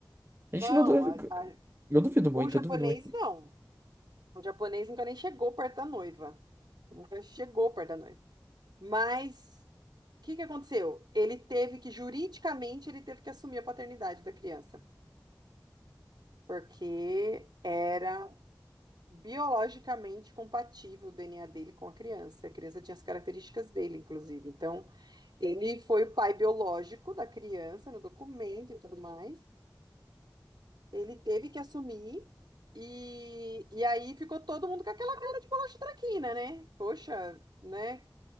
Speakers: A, on the right; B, on the right.
A: A gente
B: Não,
A: não. duvida.
B: a- a-
A: Eu duvido muito,
B: o japonês
A: eu duvido muito.
B: não. O japonês nunca nem chegou perto da noiva. Nunca chegou perto da noiva. Mas o que que aconteceu? Ele teve que, juridicamente, ele teve que assumir a paternidade da criança. Porque era biologicamente compatível o DNA dele com a criança. A criança tinha as características dele, inclusive. Então, ele foi o pai biológico da criança no documento e tudo mais. Ele teve que assumir. E, e aí ficou todo mundo com aquela cara de bolacha traquina, né? Poxa, né?